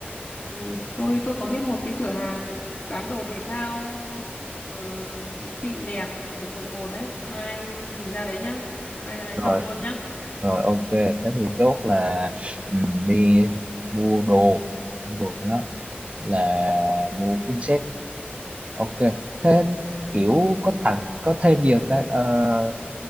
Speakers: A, on the left; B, on the right.
A: ừ. tôi tôi có biết một cái cửa hàng bán đồ thể thao ờ, xịn đẹp ở quận một đấy mai mình ra đấy nhá mai ra đấy
B: rồi
A: chọn luôn nhá
B: rồi ok thế thì chốt là ừm, đi mua đồ mua đồ cho nó là mua full set ok thêm
A: rồi
B: kiểu có
A: rồi
B: tặng có thêm gì không ta Ờ,